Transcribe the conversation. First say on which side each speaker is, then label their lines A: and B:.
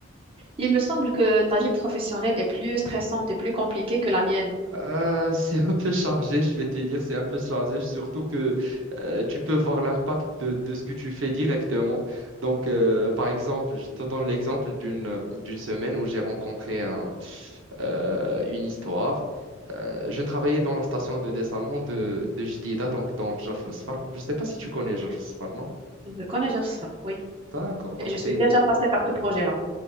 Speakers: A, on the right (about 25°); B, on the right (about 70°).
A: Il me semble que ta vie professionnelle est plus stressante et plus compliquée que la mienne.
B: Euh, <laughs> c'est un peu chargé, je vais te dire, c'est un peu chargé, surtout que euh, tu peux voir l'impact de, de ce que tu fais directement. Donc, euh, par exemple, je te donne l'exemple d'une d'une semaine où j'ai rencontré un, euh, une histoire. Euh, je travaillais dans la station de dessalement de, de Jdida, donc dans Jorf el Sfar. Je ne sais pas si tu connais Jorf el Sfar, non?
A: Je connais Jafsar, oui.
B: D'accord, donc
A: Et je
B: c'est...
A: suis déjà passée par ce projet-là.